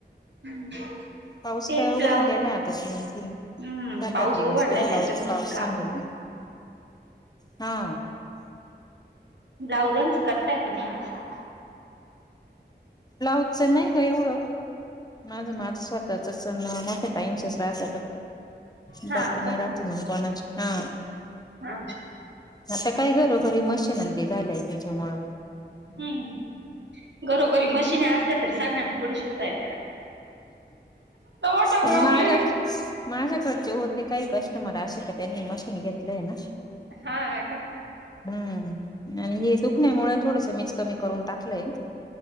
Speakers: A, on the right (about 80°); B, on the left (about 20°).
A: <inaudible>
B: पाऊस
A: तेच
B: काय उघडून
A: ब्लाऊज
B: गेलाय आता <unintelligible> सात
A: हम्म पाऊस
B: आठ दिवस
A: उघडलाय
B: काही
A: त्याच्यामुळेच
B: पाऊस पाऊस
A: काम
B: सांगेल हा.
A: ब्लाउजांच करताय कि नाही आता?
B: ब्लाऊजच नाही ग एवढं माझं माझं स्वतःच सण मोठं ताईंशच राहत.
A: हा
B: बाकी
A: का
B: नाय रात मग कोणाच हा.
A: हा.
B: आता काय घरोघरी मशीनंंते झालंय त्याच्यामुळ
A: हम्म घरोघरी मशीने असल्यात तर सांगाळ्यांना थोडी शिवता येतं का? मोठा
B: तर
A: प्रॉब्लेम
B: माझा
A: आहे.
B: माझ्याकडचे होते काही कस्टमर असे का त्यांनी मशीन घेतलंय ना.
A: हा अ का?
B: हम्म आणि हे दुखण्यामुळ थोडस मीच कमी करून टाकलंय.